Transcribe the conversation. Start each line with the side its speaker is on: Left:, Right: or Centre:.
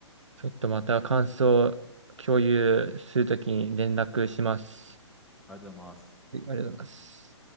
Right: ちょっとまた感想を共有するときに連絡します。
Centre: ありがとうございます。
Right: はいありがとうございます。